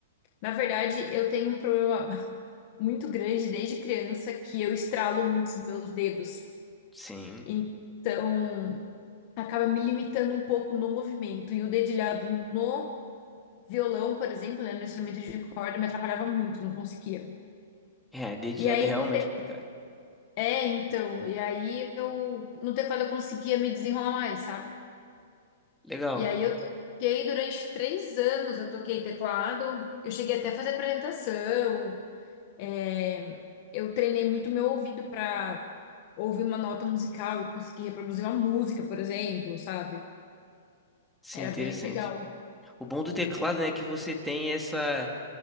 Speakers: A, on the left; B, in the centre.
A: Na verdade, eu tenho um problema <laughs> muito grande desde criança que eu estralo muitos meus dedos.
B: Sim.
A: Então, acaba me limitando um pouco no movimento. E o dedilhado no violão, por exemplo, né, no instrumento de corda, me atrapalhava muito, não conseguia.
B: É, dedilhada
A: E aí
B: é realmente
A: no te...
B: complicado.
A: É, então, e aí eu no teclado eu conseguia me desenrolar mais, sabe?
B: Legal.
A: E aí eu toquei durante três anos, eu toquei teclado, eu cheguei até a fazer apresentação, É, eu treinei muito meu ouvido para ouvir uma nota musical e conseguir reproduzir uma música, por exemplo, sabe?
B: Sim,
A: Era
B: interessante.
A: bem legal.
B: O bom do teclado, né, é que você tem essa